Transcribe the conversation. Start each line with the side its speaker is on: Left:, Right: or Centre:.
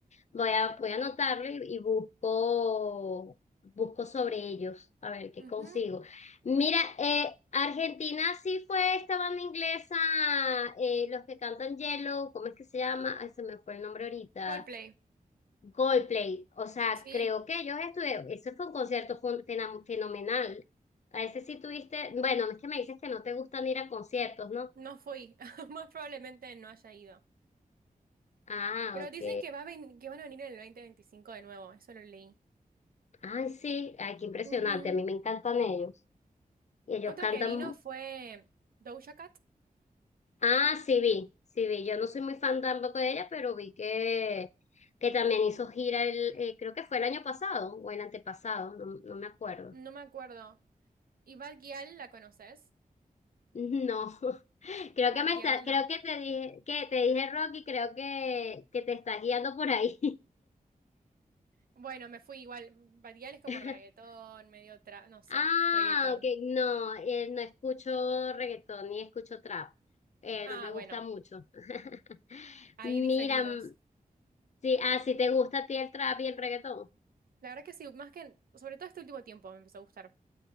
Left: Voy a, voy a anotarlo y, y busco, busco sobre ellos, a ver qué
Right: Ujú.
Left: consigo. Mira, eh, Argentina sí fue esta banda inglesa, eh, los que cantan Yellow, ¿cómo es que se llama? Ay, se me fue el nombre ahorita.
Right: Coldplay.
Left: Coldplay, o sea,
Right: Sí,
Left: creo que ellos estuvieron, ese fue un concierto fun- fena- fenomenal. A ese sí tuviste, bueno, es que me dices que no te gustan ir a conciertos, ¿no?
Right: no fui. <laughs> Más probablemente no haya ido.
Left: Ah,
Right: Pero
Left: ok.
Right: dicen que, va a ven- que van a venir en el 2025 de nuevo, eso lo leí.
Left: Ay, sí, ay, qué impresionante,
Right: Ujú.
Left: a mí me encantan ellos. Y ellos
Right: Otra
Left: cantan,
Right: que vino fue Doja Cat,
Left: ah, sí vi, sí vi, yo no soy muy fan tampoco de ella, pero vi que, que también hizo gira el, eh, creo que fue el año pasado o el antepasado, no, no me acuerdo.
Right: no me acuerdo. ¿Y Bad Gyal la conoces?
Left: No, <laughs> creo
Right: Bad
Left: que me está,
Right: Gyal
Left: creo
Right: no.
Left: que te dije, que te dije Rocky, creo que, que te estás guiando por ahí.
Right: Bueno, me fui igual. Bad Gyal es como
Left: <laughs>
Right: reggaetón, medio tra... no sé,
Left: Ah,
Right: reggaetón.
Left: ok, no, eh, no escucho reggaetón ni escucho trap. Eh,
Right: Ah,
Left: no me gusta
Right: bueno,
Left: mucho. <laughs>
Right: ahí
Left: Mira,
Right: diferimos.
Left: mm, sí, ah, si te gusta a ti el trap y el reggaetón.
Right: La verdad que sí, más que, sobre todo este último tiempo me empezó a gustar.